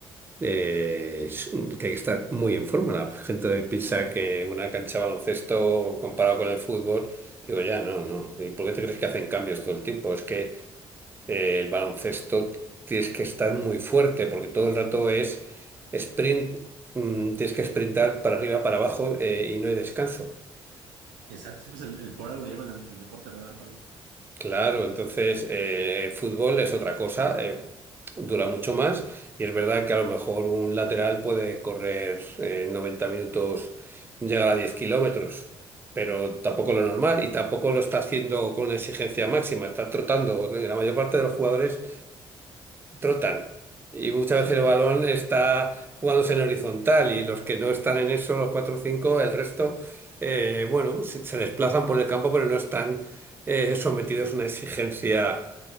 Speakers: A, on the right (about 15°); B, on the right (about 65°).
A: eh, es que hay que estar muy en forma. La gente hoy piensa que una cancha de baloncesto comparado con el fútbol, digo, ya, no, no. ¿Y por qué te crees que hacen cambios todo el tiempo? Es que eh, el baloncesto tienes que estar muy fuerte porque todo el rato es sprint, mm, tienes que sprintar para arriba, para abajo eh, y no hay descanso.
B: Exacto. Sí, pues el, el- por algo lo llaman el, el deporte relámpago.
A: Claro, entonces eh, el fútbol es otra cosa, eh, dura mucho más y es verdad que a lo mejor un lateral puede correr eh, 90 minutos, llegar a 10 kilómetros, pero tampoco lo normal y tampoco lo está haciendo con una exigencia máxima, está trotando, la mayor parte de los jugadores trotan. Y muchas
B: Sí.
A: veces el balón está jugándose en horizontal y los que no están en eso, los 4 o 5, el resto, eh, bueno, se, se desplazan por el campo, pero no están eh, sometidos a una exigencia